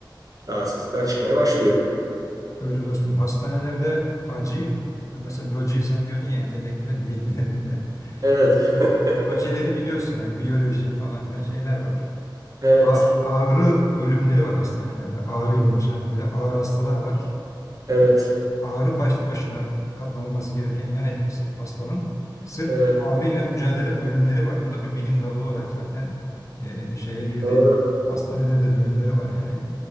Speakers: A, on the right; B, on the left.
A: rahatsızlıklar çıkmaya başlıyor.
B: Öyle dostum hastanelerde acı e, mesela loji sen diyordun ya entelektüel bilgilerinde. <laughs>
A: Evet,
B: Ee,
A: <laughs>
B: Lojileri biliyorsun hani biyoloji falan filan şeyler var.
A: evet,
B: A- ağrı bölümleri var hastanelerde ağrıyla uğraşan böyle ağır hastalar var.
A: evet.
B: E, ağrı başlı başına katlanılması gereken yan etkisi hastanın. Sırf
A: Evet.
B: ağrıyla mücadele bölümleri var. Bu da bir bilim dalı olarak zaten e, şeye girdi.
A: Doğru.
B: Hastanelerde bölümleri var yani.